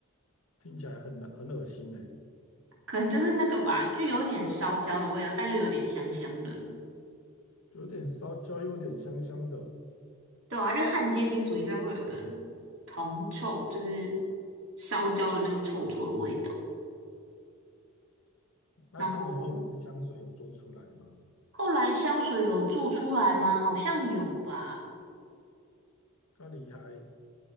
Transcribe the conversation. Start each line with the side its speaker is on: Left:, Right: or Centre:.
Left: 听起来很难很恶心呢、
Right: 可能就是那个吧，就有点烧焦的味道，但又有点香香的。
Left: 有点烧焦，又有点香香的。
Right: 对啊，就是焊接金属应该会有一个铜臭，就是烧焦的那个臭臭的味道。
Left: 那他们后面的香水有做出来吗？
Right: 然后后来香水有做出来吗？好像有吧，
Left: 咖喱还